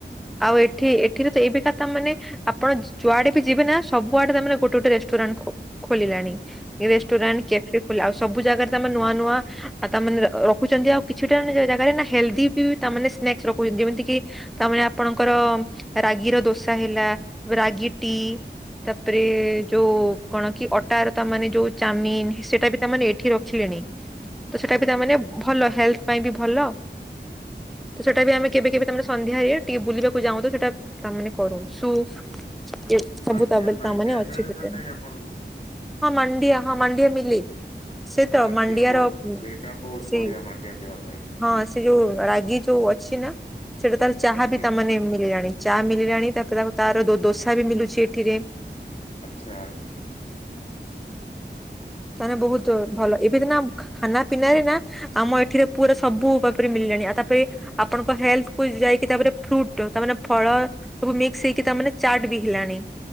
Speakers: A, in the centre; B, on the left.
A: ଆଉ ଏଠି
B: ଆମ୍
A: ଏ
B: ହଁ
A: ଏଠି ରେ ତ ଏବେ କା ତା ମାନେ ଆପଣ ଯୁ-ଯୁଆଡେ ବି ଯିବେ ନା ସବୁଆଡେ ତାମାନେ ଗୋଟେ ଗୋଟେ ରେଷ୍ଟୁରାଣ୍ଟ ଖୋ ଖୋଲିଲାଣି ରେଷ୍ଟୁରାଣ୍ଟ କ୍ୟାଫେ ଖୋଲା ଆଉ ସବୁ ଜାଗାରେ ତମେ ନୂଆ ନୂଆ। ଆଉ ତାମାନେ ର-ରଖୁଛନ୍ତି ଆଉ କିଛିଟା ଖଣ୍ଡେ ଜା-ଜାଗାରେ ନା ହେଲଦି ବି ତାମାନେ ସ୍ନାକ୍ସ ରଖୁଛନ୍ତି ଯେମିତି କିି। ତାମାନେ ଆପଣଙ୍କର ରାଗିର ଦୋସା ହେଲା ରାଗି ଟି ତାପରେ ଯୋଉ କଣ କି ଅଟାର ତାମାନେ ଯୋଉ ଚାମିନ ସେଟା ବି ତାମାନେ ଏଠି ରଖିଲେ।
B: ହ
A: ତ ସେଟା ବି ତାମାନେ ଭଲ ହେଲଥ ପାଇଁ ବି ଭଲ ତ ସେଟା ବି ଆମେ
B: ଆଜ୍ଞା
A: କେବେ କେବେ ସନ୍ଧ୍ୟାରେ ଟିକେ ବୁଲିବାକୁ ଯାଉ ତ ସେଟା ତାମାନେ କରୁ ସୁ ଏ ସବୁ
B: ଆଜ୍ଞା
A: ତା
B: ମାଣ୍ଡିଆ ମାଣ୍ଡିଆ
A: ତାମାନେ ଅଛି
B: ମିଳେ
A: ସେଟାରେ।
B: ନା ନାଇଁ ଆପଣଙ୍କୁ?
A: ହଁ ମଣ୍ଡିଅ ହଁ ମଣ୍ଡିଅ ମିିଲି। ସେ ତ
B: ମାଣ୍ଡିଆ
A: ମାଣ୍ଡିଆର
B: ବହୁତ
A: ପୁ
B: ସେଇଟା ବହୁତ
A: ସେଇ
B: ବଢିଆ ମାଣ୍ଡିଆ ଦେହ ପାଇଁ
A: ହଁ। ସେ ଯୋଉ ରାଗି ଯୋଉ ଅଛି ନା ସେଟା ତାର ଚାହା
B: ଆଜ୍ଞା
A: ବି ତାମାନେ ମିିଲିଜା ଚା ମଳିଲାଣି ତାପରେ ତା ଆମେ ତାର ଦୋ ଦୋସା ବି ମିଲୁଛି ଏଠିରେ।
B: ଆଛା।
A: ତାରେ ବୋହୁତ ଭଲ ଏବେ ଦିନ ଖାନା ପିନା ଦିନା ଆମ ଏଠିରେ ପୁରା ସବୁ <unintelligible> ମିଳିଲାଣି ଆଉ ତାପରେ ଆପଣଙ୍କ ହେଲଥକୁୁ ଯାଇକି ତାପରେ ଫ୍ରୁଟ ତାମାନେ ଫଳ ସବୁ ମିକ୍ସ ହେଇକି ତାମାନେ ଚାଟ୍ ବି ହେଲାନି